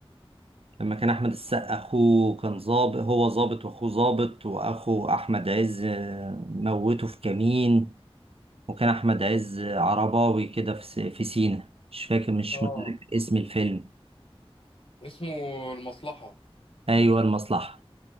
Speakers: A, on the right (about 70°); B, on the left (about 65°).
A: لما كان احمد السقا اخوه كان ظابط هو ظابط واخوه ظابط واخو احمد عز آه، موته في كمين وكان احمد عز عرباوي كده في س- في سينا مش فاكر مش
B: اه
A: متذكر اسم الفيلم
B: اسمه المصلحة
A: ايوه المصلحة